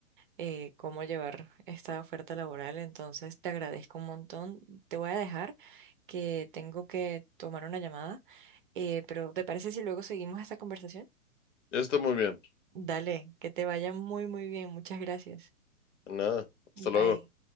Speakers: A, on the right; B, on the left.
A: eh, cómo llevar esta oferta laboral. Entonces, te agradezco un montón. Te voy a dejar que tengo que tomar una llamada, eh, pero ¿te parece si luego seguimos esta conversación?
B: está muy bien.
A: Dale, que te vaya muy, muy bien. Muchas gracias.
B: Nada,
A: Bye.
B: hasta luego.